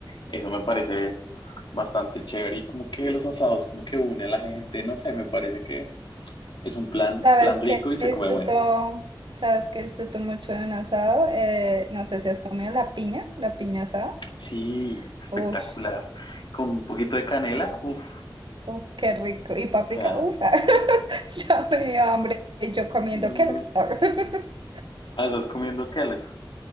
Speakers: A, on the left; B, on the right.
A: Eso me parece bastante chévere y como que los asados, como que une a la gente, no sé, me parece que es un plan,
B: Sabes
A: plan rico
B: que
A: y se
B: disfruto,
A: come bueno.
B: sabes que disfruto mucho de un asado. Eh, no sé si has comido la piña, la piña asada.
A: Sí, espectacular.
B: Uf,
A: Con un poquito de canela, uff,
B: uf, qué rico. Y paprika.
A: ya.
B: uf, <laughs> ya me dio hambre. Y yo comiendo
A: Mm,
B: Kellogg's. <laughs>
A: ah, estás comiendo Kellogg's.